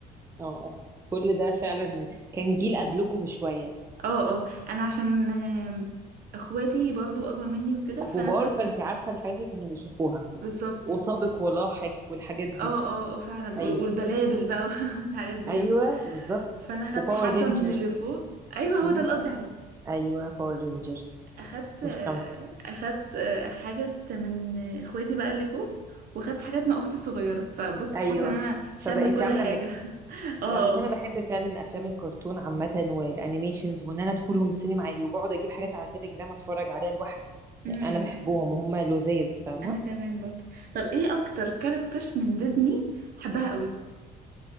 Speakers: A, on the right (about 15°); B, on the right (about 60°).
A: اه اه كل ده فعلا كان جيل قبلكم بشويه
B: اه اه انا عشان آم، اخواتي برضو اكبر مني وكده فانا
A: كبار
B: كنت
A: فانت عارفه الحاجات اللي كانوا بيشوفوها
B: بالظبط
A: وسابق ولاحق والحاجات دي
B: اه اه اه فعلا
A: ايوه
B: وال- والبلابل بقى <laughs> الحاجات ديت
A: ايوه بالظبط
B: فانا خدت
A: وباور
B: حبة
A: رينجرز
B: من اللي فوق ايوه هو
A: امم
B: ده اللي قصدي عليه
A: ايوه باور رينجرز
B: اخدت
A: الخمسه
B: اخدت حاجات من اخواتي بقى اللي فوق واخدت حاجات مع اختي الصغيره فبص
A: ايوه
B: حاسه ان انا شامله
A: فبقيتي
B: كل
A: عامله
B: حاجه
A: ميكس
B: <laughs> اه آه.
A: لا بس انا بحب فعلا افلام الكرتون عامه والانيميشنز وان انا ادخلهم السينما عادي وبقعد اجيب حاجات على تليجرام اتفرج عليها لوحدي
B: أمم.
A: يعني انا بحبهم وهم لذاذ فاهمه
B: انا كمان برضو طب ايه اكتر كاركتر من ديزني حبها قوي